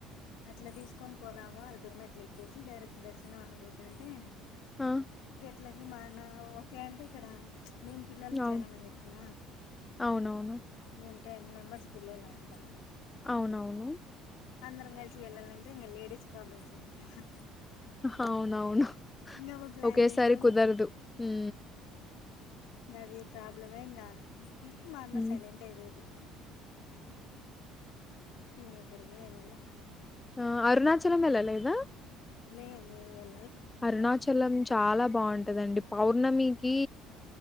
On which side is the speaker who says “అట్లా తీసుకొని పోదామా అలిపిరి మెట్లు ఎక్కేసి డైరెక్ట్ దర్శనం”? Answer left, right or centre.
Left